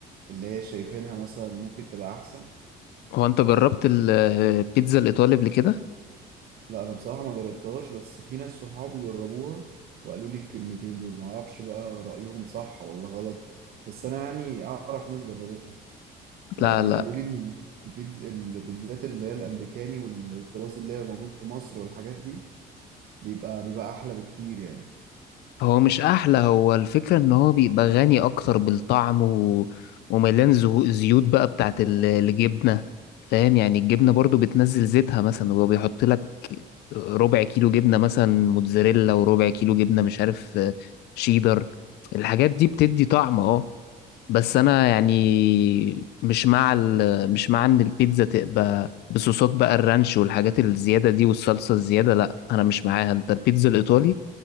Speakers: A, on the right; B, on the left.
A: اللي هي شايفينها مثلا ممكن تبقى احسن
B: هو انت جربت ال- البيتزا الايطالي قبل كده
A: لا انا بصراحه ما جربتهاش بس في ناس صحابي جربوها وقالوا لي الكلمتين دول معرفش بقى رايهم صح ولا غلط بس انا يعني اعرف ناس جربتها بقى
B: لا
A: يعني
B: لا
A: وقالوا لي إن البيتز البيتزات اللي هي الامريكاني والطراز اللي هي موجود في مصر والحاجات دي بيبقى بيبقى احلى بكتير يعني
B: هو مش احلى هو الفكرة ان هو بيبقى غني اكتر بالطعم و... ومليان زهو- زيوت بقى بتاعت ال- الجبنة فاهم يعني الجبنة برضو بتنزل زيتها مثلا هو بيحط لك ربع كيلو جبنة مثلا موتزاريلا وربع كيلو جبنة مش عارف آه، شيدر الحاجات دي بتدي طعم اه بس انا يعني مش مع ال... مش مع ان البيتزا تبقى بصوصات بقى الرانش والحاجات الزيادة دي والصلصة الزيادة لا انا مش معاها انت البيتزا الايطالي